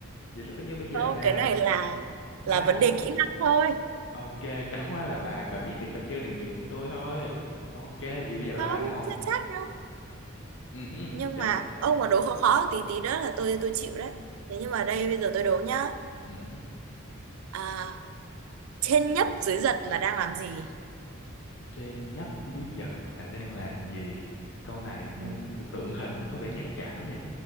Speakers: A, on the left (about 65°); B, on the right (about 75°).
A: vậy là coi như bây giờ
B: không
A: là
B: cái này là
A: ba
B: là vấn
A: một
B: đề kỹ năng thôi
A: ok chẳng qua là bà bà biết cái trò chơi này nhiều hơn tôi thôi ok thì bây giờ là
B: không
A: ba một
B: chưa chắc đâu
A: ừ hứ,
B: nhưng
A: dạ.
B: mà ông mà đố khó khó tí tí nữa là tôi tôi chịu đấy thế nhưng mà đây bây giờ tôi đố nhá
A: Ừ hứ.
B: à, trên nhấp dưới giật là đang làm gì
A: trên nhấp dưới giật là đang làm gì câu này
B: ừ.
A: cái- tượng hình mà có vẻ nhạy cảm nha